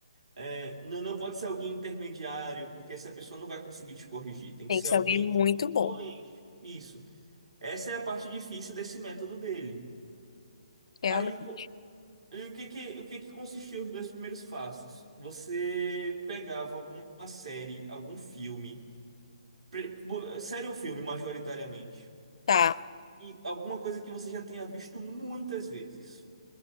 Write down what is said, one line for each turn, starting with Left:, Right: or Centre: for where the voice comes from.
Right: É, não, não pode ser alguém intermediário, porque essa pessoa não vai conseguir te corrigir. Tem
Left: Tem
Right: que ser
Left: que ser
Right: alguém
Left: alguém muito
Right: influente.
Left: bom,
Right: Isso. Essa é a parte difícil desse método dele.
Left: realmente.
Right: Aí, co- e o que que, o que que consistia os dois primeiros passos? Você pegava alguma série, algum filme, pre- bo- série ou filme, majoritariamente,
Left: Tá.
Right: e alguma coisa que você já tenha visto muitas vezes.